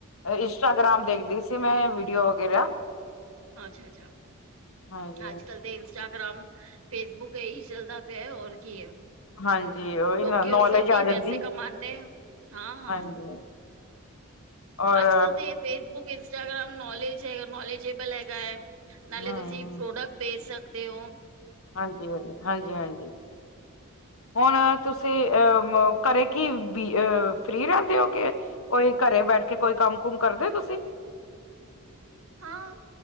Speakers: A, on the left; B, on the right.
A: ਇੰਸਟਾਗ੍ਰਾਮ ਦੇਖਦੀ ਸੀ ਮੈਂ ਵੀਡੀਓ ਵਗੈਰਾ
B: ਅੱਛਾ ਅੱਛਾ
A: ਹਾਂਜੀ
B: ਅੱਜ ਕੱਲ ਤੇ ਇੰਸਟਾਗ੍ਰਾਮ ਫੇਸਬੁੱਕ ਇਹੀ ਚੱਲਦਾ ਪਿਆ ਔਰ ਕੀ ਹੈ
A: ਹਾਂਜੀ ਉਹੀ
B: ਲੋਕ
A: ਨਾ
B: ਕੀ
A: ਨੌਲੇਜ
B: ਉਸਦੇ ਉੱਤੇ
A: ਆ
B: ਹੀ
A: ਜਾਂਦੀ
B: ਪੈਸੇ ਕਮਾਉਦੇ ਹਾਂ ਹਾਂ
A: ਹਾਂਜੀ ਔਰ
B: ਅੱਜ ਕਲ ਤੇ ਫੇਸਬੁੱਕ ਇੰਸਟਅਗ੍ਰਮ ਨੋਲੇਜੇ ਹੈਗਾ ਨੋਲੇਜੇਬਲ ਹੈਗਾ ਹੈ ਨਾਲੇ
A: ਹਮ
B: ਤੁਸੀਂ ਪ੍ਰੋਡਕਟ ਵੇਚ ਸਕਦੇ ਦੇਓ
A: ਹਾਂਜੀ- ਹਾਂਜੀ, ਹਾਂਜੀ- ਹਾਂਜੀ।
B: ਹ <inaudible>
A: ਹੁਣ ਤੁਸੀਂ ਅਹ ਮ ਘਰੇ ਕੀ ਵੀ ਫ੍ਰਰੀ ਰਹਿੰਦੇ ਓ ਕਿ ਕੋਈ ਘਰੇ ਬੈਠ ਕੇ ਕੋਈ ਕੰਮ ਕੁਮ ਕਰਦੇ ਤੁਸੀਂ
B: ਹਾਂ